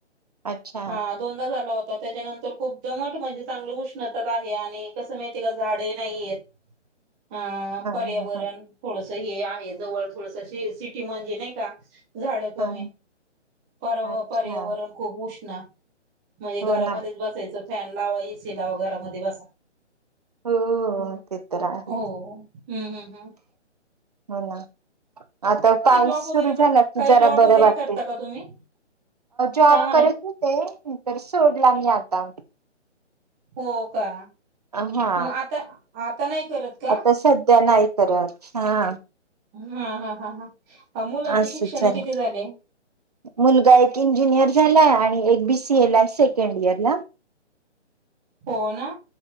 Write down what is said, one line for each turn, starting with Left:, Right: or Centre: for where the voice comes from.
Right: अच्छा
Centre: हा दोनदा झाल होता त्याच्यानंतर खूप दमट म्हणजे चांगलं उष्णताच आहे आणि कसं माहिती का झाडे नाहीयेत हा पर्यावरण
Right: हा हा
Centre: थोड हे आहे जवळ थोडस सेलसिटी म्हणजे नाही का झाड कमी
Right: हा
Centre: पर
Right: अच्छा
Centre: पर्यावरण खूप उष् ना म्हणजे घरामध्येच
Right: हो ना
Centre: बसायचं फॅन लावा एसी लावा घरामध्ये बसा
Right: हो ते तर आहे
Centre: हो हम्म हम्म हम्
Right: ह ना आता पाऊस
Centre: जॉब वगैरे
Right: सुरु झाला कि
Centre: काही
Right: जरा
Centre: जॉब
Right: बरं
Centre: वगैरे
Right: वाटते
Centre: करता का तुम्ही
Right: जॉब
Centre: काय म्हणाले
Right: करत होते तर सोडला मी आता
Centre: हो का
Right: हा
Centre: मग आता आता नाही करत का
Right: आता सध्या नाही करत हा
Centre: हा हा हा मुलांचे
Right: असं
Centre: शिक्षण
Right: चालेल
Centre: किती झाले
Right: मुलगा एक इंजिनियर झालाय आणि एक बीसीए ला सेकंड इयर ला
Centre: हो ना